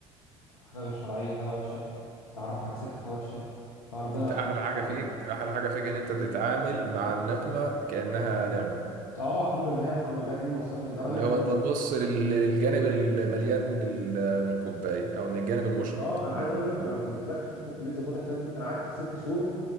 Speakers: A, on the left; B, on the right.
A: حاجه غير شرعيه حاجه وحشه تعرفك على سكه وحشه فربنا
B: انت
A: بعد
B: احلى
A: عننا شر
B: حاجه فيك
A: يعني
B: احلى حاجه فيك ان انت بتتعامل مع النقمه كانها نعمه
A: اه الحمد لله الحمد لله دي موصلني لدرجه
B: اللي
A: يعني
B: هو انت تبص لل- للجانب المليان من ال- من الكوبايه او من الجانب المشرق
A: اه انا
B: من
A: عايز
B: الامور
A: اقول لك انا ما كملتلكش فتره الكليه ظباط احتياط دي انا قعدت ست شهور